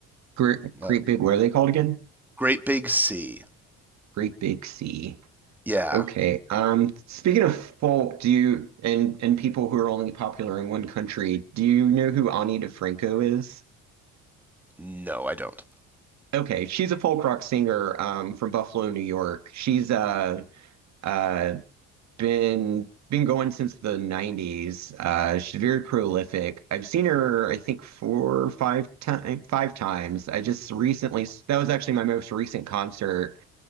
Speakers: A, on the right; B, in the centre.
A: Great, Great
B: Uh,
A: Big. What are they called again?
B: Great Big C.
A: Great Big Sea.
B: Yeah.
A: Okay. Um, speaking of folk, do you and and people who are only popular in one country, do you know who Ani DeFranco is?
B: No, I don't.
A: Okay, she's a folk rock singer um, from Buffalo, New York. She's uh, uh, been been going since the 90s. Uh, she's very prolific. I've seen her, I think, four or five time five times. I just recently that was actually my most recent concert